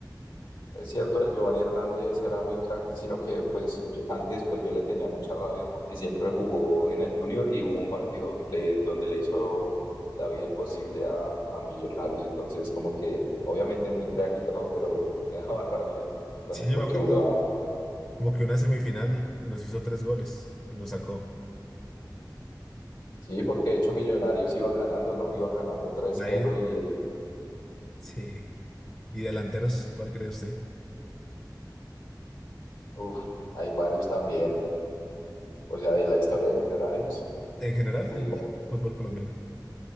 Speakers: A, on the left; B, on the left.
A: Es cierto, el Giovanni Hernández era muy crack, sino que pues yo- antes pues yo le tenía mucha rabia porque siempre jugó en el Junior y hubo un partido que le, donde le hizo la vida imposible a, a Millonarios, entonces como que obviamente muy crack y todo, pero me <laughs> daba rabia jugando
B: Sí, yo
A: porque
B: me acuerdo.
A: jugaba.
B: Como que una semifinal y nos hizo tres goles y nos sacó.
A: Sí, porque de hecho Millonarios iba ganando, ¿no? Iba ganando 3-0
B: La ida,
A: y el,
B: sí. ¿Y delanteros? ¿Cuál cree usted?
A: uf, hay varios también, o sea, de la historia de Millonarios,
B: En general
A: muy
B: del
A: buenos.
B: fútbol colombiano.